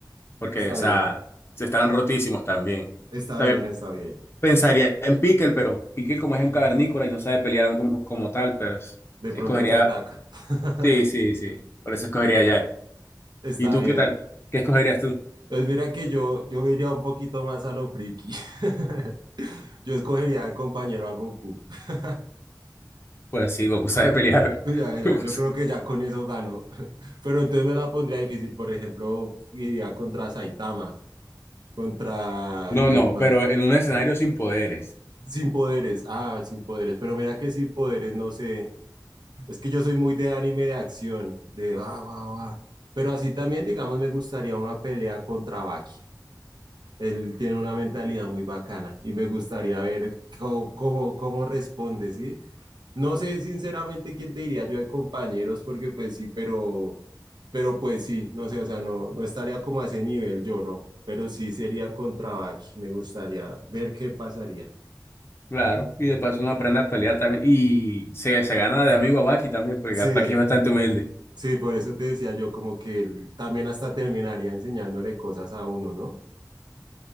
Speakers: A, on the left (about 35°); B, on the right (about 80°).
A: porque,
B: está
A: o sea,
B: bien,
A: se estaban rotísimos también.
B: está
A: También
B: bien, está bien.
A: pensaría en Pickle, pero Pickle como es un cavernícola y no sabe pelear como, como tal, pero es-
B: De pronto
A: escogería,
B: te ataca. <laughs>
A: sí, sí, sí, por eso escogería a Jack.
B: Está
A: ¿Y tú
B: bien.
A: qué tal? ¿Qué escogerías tú?
B: Pues mira que yo, yo me iría un poquito más a lo friki. <laughs> Yo escogería de compañero a Goku. <laughs>
A: Pues sí, Goku sabe pelear.
B: Ya,
A: <laughs>
B: ya,
A: Goku
B: yo
A: sa-
B: creo que ya con eso gano. <laughs> Pero entonces me la pondría difícil, por ejemplo, iría contra Saitama, contra
A: No,
B: quién
A: no,
B: más.
A: pero en un escenario sin poderes.
B: Sin poderes, ah, sin poderes, pero mira que sin poderes, no sé, es que yo soy muy de anime de acción, de ah, guau, guau. Pero así también, digamos, me gustaría una pelea contra Baki. Él tiene una mentalidad muy bacana y me gustaría ver cómo, cómo, cómo responde, ¿sí? No sé sinceramente quién te diría yo de compañeros, porque pues sí, pero, pero pues sí, no sé, o sea, no, no estaría como a ese nivel yo, ¿no? Pero sí sería contra Baki, me gustaría ver qué pasaría.
A: Claro, y de paso uno aprende a pelear también y se, se gana de amigo a Bucky también, porque
B: Sí,
A: Bucky es bastante humilde.
B: sí, por eso te decía yo como que él también hasta terminaría enseñándole cosas a uno, ¿no?